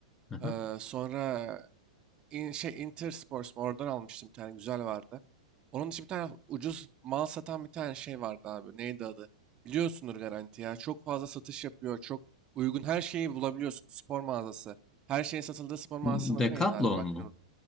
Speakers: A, on the left (about 15°); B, on the right (about 30°).
A: hı hı.
B: Ee, sonra in, şey Intersport mu? oradan almıştım bir tane güzel vardı. Onun için bir tane ucuz mal satan bir tane şey vardı abi. Neydi adı? Biliyorsundur garanti ya. Çok fazla satış yapıyor. Çok uygun her şeyi bulabiliyorsun. Spor mağazası. Her şeyin satıldığı spor mağazasının
A: Bu Decathlon
B: adı neydi abi? Bak
A: mu?
B: yine unut-